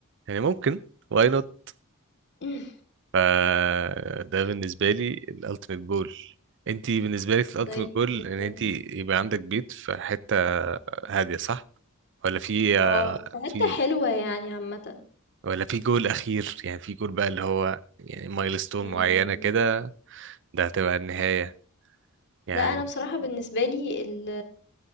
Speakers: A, on the right (about 55°); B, on the left (about 55°).
A: يعني ممكن واي نوت
B: <laughs>
A: فده بالنسبة لي الألتيميت جول انتي بالنسبة لك الألتيميت
B: نايس
A: جول
B: جدا
A: ان انتي يبقى عندك بيت في حتة هادية صح ولا في آه،
B: اه في حتة
A: في
B: حلوة يعني عامة
A: ولا في جول أخير يعني في جول بقى اللي هو يعني مايلستون
B: مم،
A: معينة كده ده هتبقى النهاية يعني
B: لا انا بصراحة بالنسبة لي ال